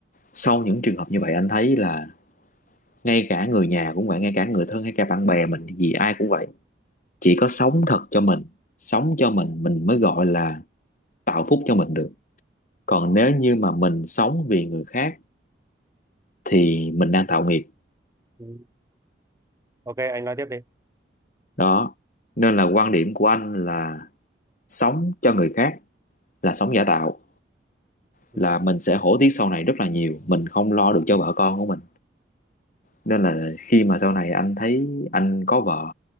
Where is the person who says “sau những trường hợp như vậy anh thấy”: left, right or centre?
Left